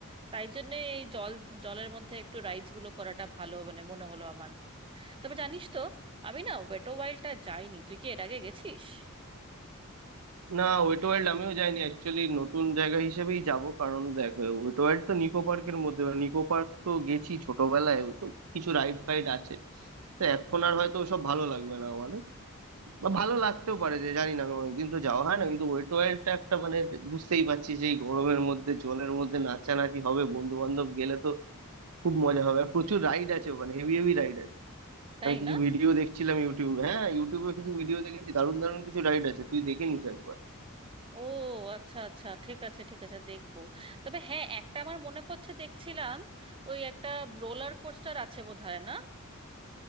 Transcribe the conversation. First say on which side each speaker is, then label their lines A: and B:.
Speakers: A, on the right; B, on the right.
A: তাই জন্য এই জল জলের মধ্যে একটু রাইডস গুলো করাটা ভালো মানে মনে হলো আমার তবে জানিস তো আমি না ওয়েটো ওয়াইল্ডটা যাইনি তুই কি এর আগে গেছিস
B: না ওয়েট ওয়ার্ল্ড আমিও যাইনি অ্যাকচুয়ালি নতুন জায়গা হিসেবেই যাব কারণ দেখো ওয়েট ওয়ার্ল্ড তো নিকো পার্কের মধ্যে নিকো পার্ক তো গেছি ছোটবেলায় ও তো কিছু রাইড ফাইড আছে তো এখন আর হয়তো ওসব ভালো লাগবে না আমাদের বা ভালো লাগতেও পারে যে জানি না আমি অনেকদিন তো যাওয়া হয় না কিন্তু ওয়েট ওয়ার্ল্ডটা একটা মানে বুঝতেই পারছি যে এই গরমের মধ্যে জলের মধ্যে নাচানাচি হবে বন্ধু বান্ধব গেলে তো খুব মজা হবে আর প্রচুর রাইড আছে ওখানে হেভি হেভি রাইড আছে
A: তাই
B: আমি কিছু
A: না
B: ভিডিও দেখছিলাম ইউটিউবে হ্যাঁ ইউটিউবে কিছু ভিডিও দেখেছি দারুণ দারুণ কিছু রাইড আছে তুই দেখে নিস একবার
A: ও আচ্ছা আচ্ছা ঠিক আছে ঠিক আছে দেখবো তবে হ্যাঁ একটা আমার মনে পড়ছে দেখছিলাম ওই একটা রোলার কোস্টার আছে বোধহয় না